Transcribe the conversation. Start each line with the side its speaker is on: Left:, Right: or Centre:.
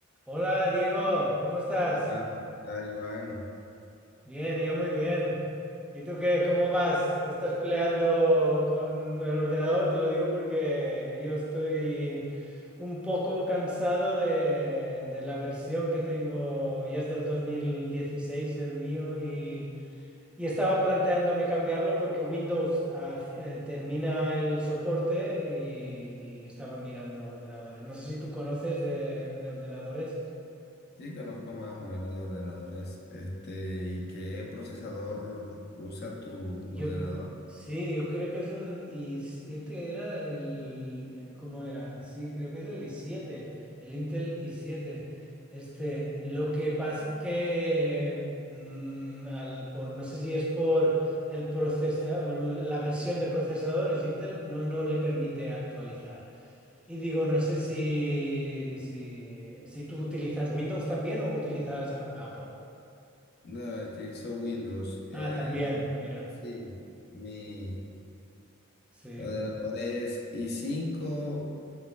Centre: Hola Diego, ¿cómo estás?
Left: Ah, la Joan,
Centre: Bien, yo muy bien. ¿Y tú qué? ¿Cómo vas? ¿Estás peleando con el ordenador? Te lo digo porque yo estoy un poco cansado de, de la versión que tengo, ya es del 2016 el mío y, y estaba planteándome cambiarlo porque Windows haz- eh, termina el soporte y, y estaba mirando ordenadores. No sé si tú conoces de de ordenadores.
Left: sí conozco más o menos de ordenadores. Este, ¿y qué procesador usa tu
Centre: Yo,
Left: ordenador?
Centre: sí, yo creo que es un i7, era el, el- ¿cómo era? Sí, creo que es el i7, el Intel i7. Este, lo que pasa que, mm, al, por, no sé si es por el procesador, la versión de procesadores, Intel no, no le permite actualizar. Y digo, no sé si, si, si tú utilizas Windows también o utilizas a- Apple.
Left: No, utilizo Windows. Eh,
Centre: Ah, también, mira,
Left: sí, mi
Centre: sí,
Left: ordenador es i cinco,